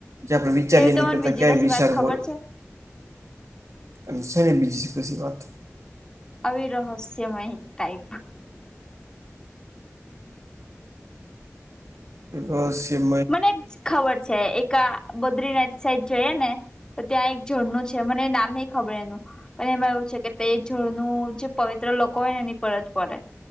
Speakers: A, on the right; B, on the left.
A: જે પર વિચારીવી
B: તેવી તો
A: નહીં
B: મને
A: કરતાં
B: બીજી
A: ક્યાય
B: કશી
A: વિશાળ
B: વાત ખબર
A: હોય
B: છે
A: એ છે ને બીજીસી કછસી વાત તો
B: આવીિ રહહસ્યમય ટાઈ
A: એ સિમ
B: મને ખબર છે એક બદ્રીનાથ સાઈડ જોઈએ ને તો ત્યાં એક જોડનુંું છે મને નામ નહ ખબર એનું પણ એમાં એવું છે કે તે જોડનું જે પવિત્ર લોકો હોય ને એની પરજ પડે